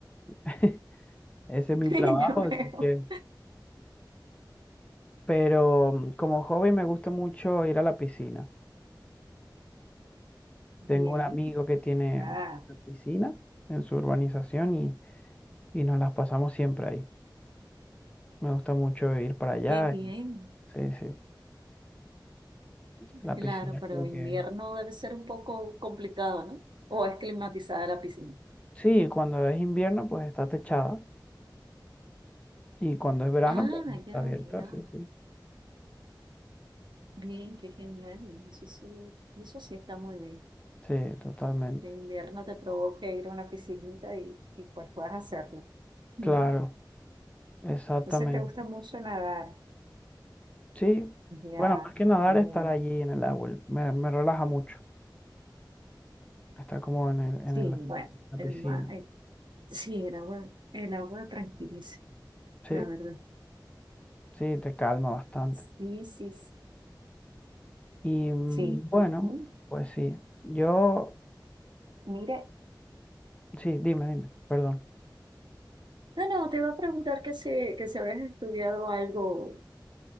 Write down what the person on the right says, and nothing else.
<laughs>
Ya
veo.
Bien.
Ah,
qué bien.
Claro,
pero
invierno
debe ser un poco complicado, ¿no? O es climatizada la piscina.
Ah,
ya,
ya.
Bien, qué genial. Eso sí, eso sí está muy bien.
Que invierno te provoca ir a una piscinita y, y pues puedas hacerlo. Mm.
Entonces te gusta mucho nadar.
Ya,
bien.
Sí,
bueno,
el mar, sí, el agua, el agua tranquiliza,
la verdad.
Sí, sí, sí.
Sí.
ujú.
Mira,
no, no, te iba a preguntar que si, que si habías estudiado algo.